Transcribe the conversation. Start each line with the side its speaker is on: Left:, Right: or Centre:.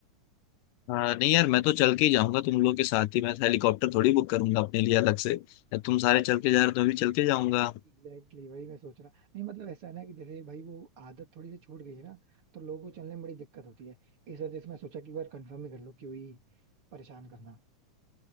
Left: हाँ नहीं यार मैं तो चल के ही जाऊंगा तुम लोग के साथ ही मैं तो हेलीकॉप्टर थोड़ी बुक करूंगा अपने लिए अलग से या तुम सारे चल के जा रहे हो तो मैं भी चल के जाऊंगा
Right: एग्जैक्टली exactly, वही मैं सोच रहा नहीं मतलब ऐसा है ना कि जैसे भाई वो आदत थोड़ी सी छूट गई है ना तो लोगों को चलने में बड़ी दिक्कत होती है इस वजह से मैं सोचा कि एक बार कंफर्म ही कर लो कि वही परेशान करना